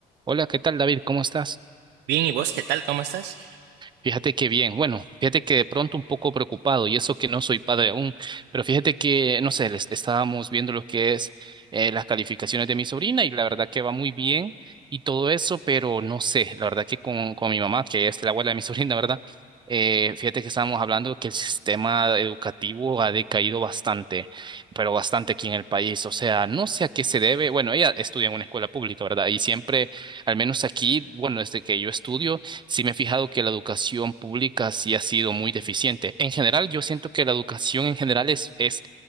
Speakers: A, on the right; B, on the right.
A: Hola, ¿qué tal, David? ¿Cómo estás?
B: Bien, ¿y vos qué tal? ¿Cómo estás?
A: Fíjate que bien, bueno, fíjate que de pronto un poco preocupado y eso que no soy padre aún, pero fíjate que, no sé, les- estábamos viendo lo que es eh, las calificaciones de mi sobrina y la verdad que va muy bien y todo eso, pero no sé, la verdad que con, con mi mamá, que es la abuela de mi <laughs> sobrina, ¿verdad? Eh, fíjate que estábamos hablando que el sistema educativo ha decaído bastante, pero bastante aquí en el país, o sea, no sé a qué se debe, bueno, ella estudia en una escuela pública, ¿verdad? Y siempre, al menos aquí, bueno, desde que yo estudio, Sí me he fijado que la educación pública sí ha sido muy deficiente. En general, yo siento que la educación en general es, es